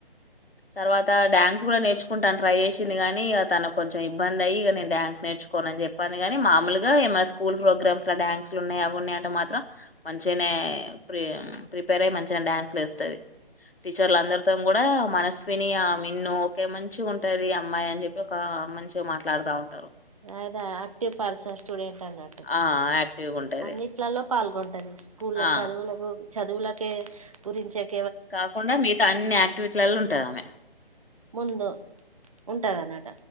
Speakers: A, on the left; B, on the right.
A: తర్వాత డ్యాన్స్ కూడా నేర్చుకుంటాను ట్రై చేసింది గానీ ఇక తనకు కొంచెం ఇబ్బంది అయ్య ఇక నేను డ్యాన్స్ నేర్చుకోను అని చెప్పి అనగానే మామూలుగా ఏమ స్కూల్ ప్రోగ్రామ్స్ ల డాన్స్లు ఉన్నాయి అవున్నాయంటీ మాత్రం మంచిగానే ప్రి ప్రిపేర్ అయ్య మంచిగా డ్యాన్సులు వేస్తది టీచర్లు అందరితో కూడా మన స్నియా మిన్ను ఒకే మంచి ఉంటుది అమ్మాయి అని చెప్పి ఒక మంచిగా మాట్లాడుతా ఉంటారు
B: అదా ఆక్టివ్ పార్స స్టూడెంట్ అన్నట్టు
A: ఆ! యాక్టివ్‌గుంటది.
B: అన్నిట్లలో పాల్గొడ్ ది స్కూల్ల్లో
A: ఆ!
B: చదువులకు చదువులకు కె పురించ చె
A: కాకుండా మిగతా అన్ని యాక్టివిటీలలో ఉంటది ఆమె
B: ముందు ఉంటదన్నట